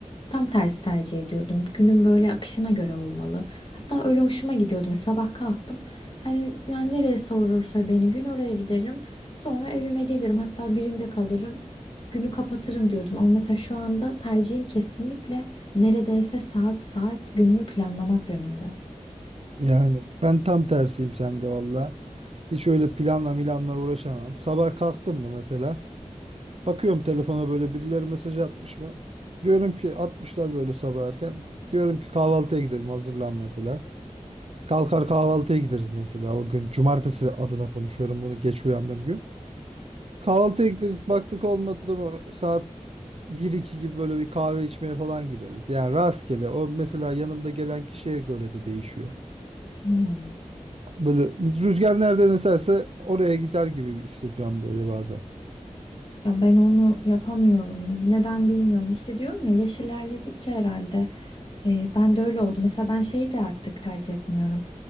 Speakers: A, on the left; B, on the right.
A: Tam tersi tercih ediyordum. Günün böyle akışına göre olmalı. Hatta öyle hoşuma gidiyordu. Mesela sabah kalktım. Hani yani nereye savurursa beni gün oraya giderim. Sonra evime gelirim. Hatta birinde kalırım. Günü kapatırım diyordum. Ama mesela şu anda tercihim kesinlikle neredeyse saat saat günümü planlamak yönünde.
B: Yani ben tam tersiyim sende valla. Hiç öyle planla milanla uğraşamam. Sabah kalktım mı mesela? Bakıyorum telefona böyle birileri mesaj atmış mı? Diyorum ki atmışlar böyle sabah erken. Diyorum ki kahvaltıya gidelim hazırlan mesela. Kalkar kahvaltıya gideriz mesela o gün. Cumartesi adına konuşuyorum bunu geç uyandığım gün. Kahvaltıya gideriz baktık olmadı mı saat bir iki gibi böyle bir kahve içmeye falan gideriz. Yani rastgele o mesela yanımda gelen kişiye göre de değişiyor.
A: Hmm.
B: Böyle rüzgar nereden eserse oraya gider gibi hissediyorum böyle bazen.
A: Ya ben onu yapamıyorum. Neden bilmiyorum. İşte diyorum ya yaş ilerledikçe herhalde e, ben de öyle oldu. Mesela ben şeyi de artık tercih etmiyorum.